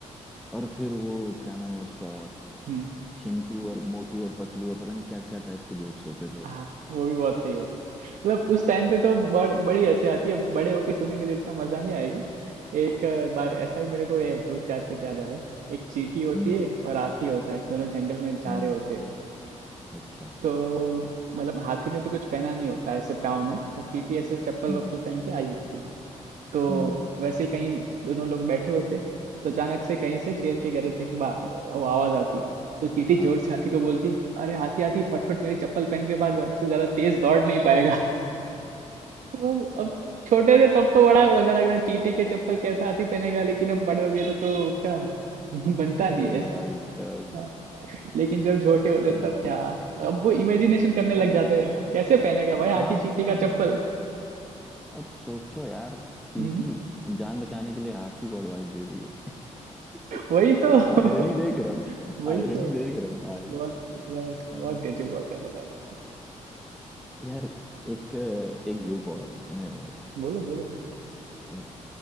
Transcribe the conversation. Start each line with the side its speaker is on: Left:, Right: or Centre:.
Centre: और फिर वो क्या नाम है उसका
Right: हम्म
Centre: चिंटू और मोटू और पतलू और पता नहीं क्या क्या टाइप के जोक्स होते थे
Right: आ वो भी बहुत सही होते मतलब उस टाइम पे तो बड़, बड़ी हंसी आती है बड़े होके सुनेंगे तो इतना मजा नहीं आएगा एक अ, बार ऐसा ही मेरे को ये जोक याद तक याद आ रहा है एक चींटी होती
Centre: हम्म
Right: है और हाथी होता है दोनों जंगल में जा
Centre: हम्म
Right: रहे होते हैं
Centre: अच्छा
Right: तो मतलब हाथी ने तो कुछ पहना नहीं होता है ऐसे पाँव में और चींटी ऐसे चप्पल
Centre: हम्म
Right: वप्पल पहन के आई होती है। तो
Centre: हम्म
Right: वैसे ही कहीं दोनों लोग बैठे होते तो अचानक से कहीं से शेर के गरजने की बा- वो आवाज आती है तो चींटी
Centre: हाँ
Right: जोर से हाथी को बोलती अरे हाथी हाथी फटफट मेरी चप्पल पहन के भाग वरना तू ज्यादा तेज दौड़ नहीं पाएगा तो अब अब छोटे थे तब तो बड़ा मजा लग रहा है चींटी के चप्पल कैसा हाथी पहनेगा लेकिन अब बड़े हो गए तो तो उसका <laughs> बनता
Centre: अरे
Right: नहीं ऐसा
Centre: भाई साहब
Right: हाँ, लेकिन जब छोटे होते
Centre: हाँ
Right: तब क्या अब वो इमेजिनेशन करने लग
Centre: भाई
Right: जाते हैं कैसे पहनेगा भाई हाथी
Centre: हाँ
Right: चींटी
Centre: हाँ
Right: का
Centre: हाँ हाँ।
Right: चप्पल
Centre: और सोचो यार चींटी
Right: हम्म,
Centre: जान बचाने के लिए हाथी को एडवाइस दे रही है <laughs>
Right: वही तो <laughs>
Centre: आयरनी देख रहे हो
Right: वही
Centre: आयरनी
Right: तो
Centre: देख रहे हो
Right: बहुत
Centre: भाई
Right: बहुत
Centre: अ,
Right: बहुत गजब हुआ करता था भाई
Centre: यार एक एक जोक और है सुने हो भाई
Right: बोलो बोलो भाई
Centre: वो